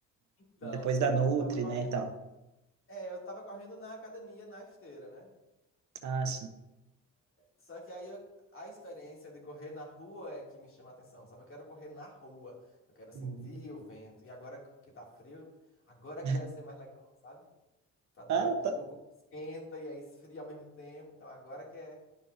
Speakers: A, on the left (about 45°); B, on the right (about 70°).
A: Então,
B: depois
A: né,
B: da Nutri,
A: eu tava correndo,
B: né, e tal?
A: é, eu tava correndo na academia, na esteira, né?
B: Ah, sim.
A: Só que aí eu- a experiência de correr na rua é que me chama a atenção, sabe? Eu quero correr na rua, eu quero sentir
B: Uhum.
A: o vento. E agora que tá frio, agora é
B: <laughs>
A: que deve ser mais legal, sabe? Pra dar,
B: Ah,
A: essa-
B: tá.
A: o corpo esquenta e aí esfria ao mesmo tempo. Então agora que é,